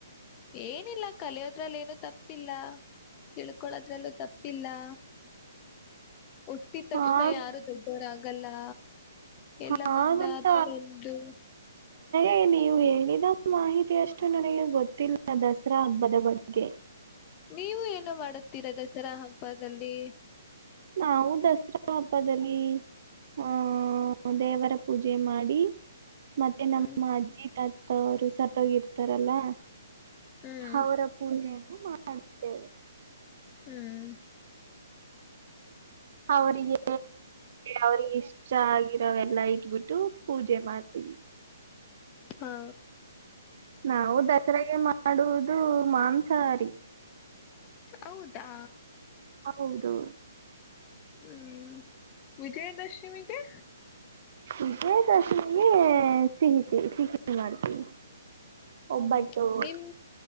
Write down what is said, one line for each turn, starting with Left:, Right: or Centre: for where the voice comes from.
Left: ಏನಿಲ್ಲ ಕಲಿಯೋದ್ರಲ್ಲಿ ಏನು ತಪ್ಪಿಲ್ಲಾ, ತಿಳ್ಕೊಳೋದ್ರಲ್ಲೂ ತಪ್ಪಿಲ್ಲಾ, ಹುಟ್ಟಿದ ತಕ್ಷಣ
Right: ಹಾಗ್
Left: ಯಾರು ದೊಡ್ಡವರ ಆಗಲ್ಲಾ ಎಲ್ಲ
Right: ಹಾಗಂತ
Left: ಒಂದ ಆತರ ಒಂದು
Right: ೇ ನೀವು ಹೇಳಿದ ಮಾಹಿತಿ ಅಷ್ಟು ನನಗೆ ಗೊತ್ತಿಲ್ಲ ದಸರಾ ಹಬ್ಬದ ಬಗ್ಗೆ
Left: ನೀವು ಏನು ಮಾಡುತ್ತೀರಾ ದಸರಾ ಹಬ್ಬದಲ್ಲಿ
Right: ನಾವು ದಸರಾ ಹಬ್ಬದಲ್ಲಿ ಹ್ಮ ದೇವರ ಪೂಜೆ ಮಾಡಿ ಮತ್ತೆ ನಮ್ಮ
Left: ಹ್ಮ್
Right: ಅಜ್ಜಿ ತಾತ ಅವರು ಸತ್ತೋಗಿರ್ತಾರಲ್ಲ
Left: ಹ್ಮ್
Right: ಅವರ ಪೂಜೆಯನ್ನು ಮಾಡುತ್ತೇವೆ
Left: ಹ್ಮ್
Right: ಅವರಿಗೆ ಅವ್ರಿಗೆ ಇಷ್ಟ ಆಗ ರೆಲ್ಲಾ ಇಟ್ಬಿಟ್ಟು ಪೂಜೆ ಮಾಡ್ತೀವಿ
Left: ಹಾ
Right: ನಾವು ದಸರಾಗ ಮಾಡುವುದು ಮಾಂಸಹಾರಿ
Left: ಹೌದಾ
Right: ಹೌದೌದು
Left: ಹ್ಮ್ ವಿಜಯದಶಮಿಿಗೆ
Right: ಇದಜಯ ದರ್ಶಮಿಗೆ ಸಿಹಿತ ಸಿಹಿ ಮಾಡ್ತೀವಿ ಒಬ್ಬಟ್ಟು
Left: ಹ್ಮ್ ನಿಮ್